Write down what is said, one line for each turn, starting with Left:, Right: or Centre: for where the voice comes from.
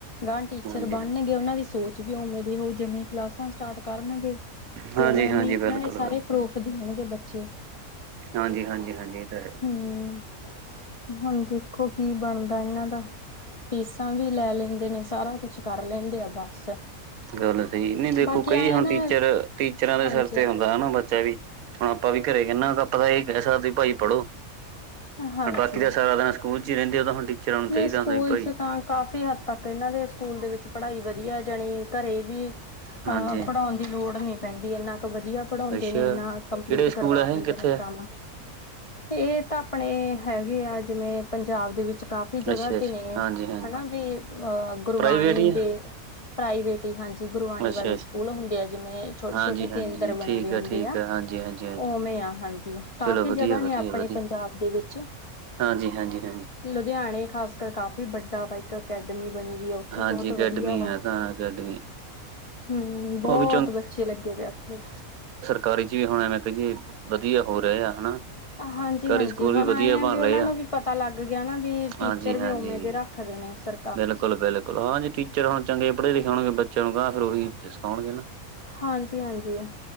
Left: ਗਾਅ ਟੀਚਰ
Right: ਹਾਂਜੀ
Left: ਬਣਨਗੇ ਉਹਨਾਂ ਦੀ ਸੋਚ ਵੀ ਉਵੇਂ ਦੀ ਹੋਉ ਜਿਵੇਂ ਕਲਾਸਾਂ ਸਟਾਰਟ ਕਰਨਗੇ ਤੇ
Right: ਹਾਂਜੀ
Left: ਉਵੇਂ
Right: ਹਾਂਜੀ ਬਿਲਕੁਲ
Left: ਉਹਨਾਂ ਨੇ ਸਾਰੇ ਪ੍ਰੂਫ ਦੇਣਗੇ ਬੱਚੇ
Right: ਹਾਂਜੀ ਹਾਂਜੀ ਹਾਂਜੀ ਇਹ ਤਾਂ ਹੈ
Left: ਹਮ <unintelligible> <inaudible> ਹੁਣ ਦੇਖੋ ਕੀ ਬਣਦਾ ਇਹਨਾਂ ਦਾ ਫੀਸਾਂ ਵੀ ਲੈ ਲੈਂਦੇ ਨੇ ਸਾਰਾ ਕੁਛ ਕਰ ਲੈਂਦੇ ਆ ਬਸ
Right: ਗੱਲ ਸਹੀ ਨੀ ਦੇਖੋ
Left: ਬਾਕੀ
Right: ਕਈ
Left: ਆਏ
Right: ਹੁਣ
Left: ਨਾ
Right: ਟੀਚਰ ਟੀਚਰਾਂ ਦੇ
Left: ਹਾਂਜੀ,
Right: ਸਿਰ ਤੇ ਹਣ ਨਾ ਵੀ ਹੁਣ ਆਪਾਂ ਵੀ ਘਰੇ ਕਹਿੰਦਾ ਤਾਂ ਆਪਾਂ ਇਹ ਕਹਿ ਸਕਦੇ ਵੀ ਭਾਈ ਪੜੋ <unintelligible> <inaudible>
Left: ਹਾਂਜੀ।
Right: ਬਾਕੀ ਤਾਂ ਸਾਰਾ ਦਿਨ ਸਕੂਲ ਚ ਹੀ ਰਹਿੰਦੇ ਉਹ ਤਾਂ ਹੁਣ ਟੀਚਰਾਂ ਨੂੰ
Left: ਨਹੀਂ
Right: ਚਾਹੀਦਾ
Left: ਸਕੂਲ
Right: ਹੁੰਦਾ ਵੀ ਭਾਈ
Left: ਚ ਤਾਂ ਕਾਫੀ ਹੱਦ ਤਕ ਇਹਨਾਂ ਦੇ ਸਕੂਲ ਦੇ ਵਿੱਚ ਪੜ੍ਹਾਈ ਵਧੀਆ ਜਾਣੀ ਘਰ ਵੀ
Right: ਹਾਂਜੀ
Left: ਹਾਂ ਪੜ੍ਹਾਉਣ ਦੀ ਲੋੜ ਨਹੀਂ ਪੈਂਦੀ ਇੰਨਾ ਕ ਵਧੀਆ ਪੜ੍ਹਾਉਂਦੇ
Right: ਅੱਛਾ
Left: ਨੇ ਇੰਨਾ ਕੰਪਲੀਟ
Right: ਕਿਹੜੇ ਸਕੂਲ
Left: ਕਰਵਾ
Right: ਆ ਇਹ
Left: ਦਿੰਦੇ
Right: ਕਿੱਥੇ
Left: ਨੇ
Right: ਆ
Left: ਕੰਮ ਇਹ ਤਾਂ ਆਪਣੇ ਹੈਗੇ ਆ ਜਿਵੇਂ ਪੰਜਾਬ ਦੇ ਵਿੱਚ ਕਾਫ਼ੀ ਜਗ੍ਹਾ
Right: ਅੱਛਾ ਅੱਛਾ
Left: ਤੇ ਨੇ
Right: ਹਾਂਜੀ ਹਾਂਜੀ
Left: ਹੈ ਨਾ ਵੀ ਅਹ ਗੁਰਬਾਣੀ
Right: ਪ੍ਰਾਈਵੇਟ ਹੀ ਆ
Left: ਦੇ <unintelligible> <inaudible> ਪ੍ਰਾਈਵੇਟ ਹੀ ਹਾਂਜੀ ਗੁਰਬਣੀ
Right: ਅੱਛਾ
Left: ਵਾਲੇ
Right: ਅੱਛਾ
Left: ਸਕੂਲ ਹੁੰਦੇ ਆ ਜਿਵੇਂ ਛੋਟੇ
Right: ਹਾਂਜੀ
Left: ਛੋਟੇ
Right: ਹਾਂਜੀ
Left: ਕੇਂਦਰ ਬਣੇ
Right: ਠੀਕ
Left: ਵੇ
Right: ਹੈ
Left: ਹੁੰਦੇ
Right: ਠੀਕ
Left: ਆ
Right: ਹੈ ਹਾਂਜੀ ਹਾਂਜੀ ਹਾਂਜੀ
Left: ਉਵੇਂ ਆ ਹਾਂਜੀ ਕਾਫ਼ੀ
Right: ਚਲੋ ਵਧੀਆ
Left: ਜਗ੍ਹਾ ਨੇ
Right: ਵਧੀਆ
Left: ਆਪਣੇ
Right: ਵਧੀਆ
Left: ਪੰਜਾਬ ਦੇ ਵਿੱਚ
Right: ਹਾਂਜੀ ਹਾਂਜੀ ਹਾਂਜੀ
Left: ਲੁਧਿਆਣੇ ਖਾਸ ਕਰ ਕਾਫੀ ਵੱਡਾ ਵਾਈਕ ਅਕੈਡਮੀ ਬਣੀ ਵੀ ਉੱਥੇ
Right: ਹਾਂਜੀ
Left: ਬੋਤ
Right: ਅਕੈਡਮੀ
Left: ਵਧੀਆ ਵਾ
Right: ਆ ਤਾਂ ਅਕੈਡਮੀ
Left: ਹੂੰ ਬਹੁਤ
Right: ਉਹ ਵੀ
Left: ਬੱਚੇ ਲੱਗੇ ਪਏ ਉੱਥੇ
Right: ਕਾਰਜ ਵੀ ਹੋਣਾ ਮੈ ਕਿਹਾ ਜੀ ਵਧੀਆ ਹੋ ਰਹੇ ਆ ਹਨਾ
Left: ਹਾਂਜੀ
Right: ਸਰਕਾਰੀ
Left: ਹਾਂਜੀ
Right: ਸਕੂਲ
Left: ਹੁਣ
Right: ਵੀ
Left: ਆਏ
Right: ਵਧੀਆ
Left: ਆ
Right: ਬਣ
Left: ਵੀ
Right: ਰਹੇ
Left: ਨੂੰ ਵੀ ਪਤਾ ਲੱਗ ਗਿਆ ਨਾ ਟੀਚਰ
Right: ਹਾਂਜੀ
Left: ਵੀ
Right: ਹਾਂਜੀ
Left: ਉਵੇਂ ਦੇਰਾ ਘਰੇ ਨੇ ਸਰ
Right: ਬਿਲਕੁਲ ਬਿਲਕੁਲ ਹਾਂਜੀ ਟੀਚਰ ਹੁਣ ਚੰਗੇ ਪੜ੍ਹੇ ਲਿਖੇ ਹੋਣਗੇ ਬੱਚਿਆਂ ਨੂੰ ਗਾਅ ਫਿਰ ਉਹੀ ਸਿਖਾਉਣਗੇ ਨਾ
Left: ਹਾਂਜੀ ਹਾਂਜੀ